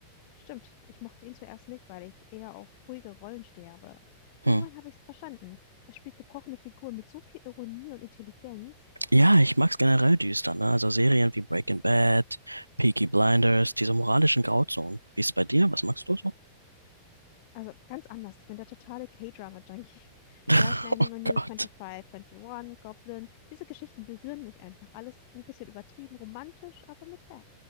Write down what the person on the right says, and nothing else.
Hm.
Ja, ich mag's generell düster, ne? Also Serien wie Breaking Bad, Peaky Blinders, diese moralischen Grauzonen. Wie ist bei dir? Was magst du so?
<laughs>
Oh
Gott.